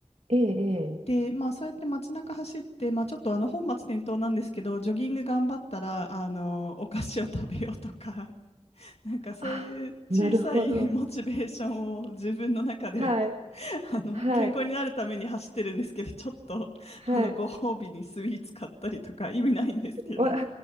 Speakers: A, on the right (about 70°); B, on the left (about 60°).
A: ええ、ええ。
B: で、まあ、そうやって街中走って、まあ、ちょっとあの本末転倒なんですけど、ジョギング頑張ったら、あの、お菓子を食べようとか、<laughs> なんかそういう小さいモチベーションを自分の中で、
A: あ、なるほど。はい、
B: <laughs> あの、
A: はい、
B: 健康になるために走ってるんですけど、ちょっと、
A: はい。
B: あの、ご褒美にスイーツ買ったりとか、意味ないんですけど、
A: わ、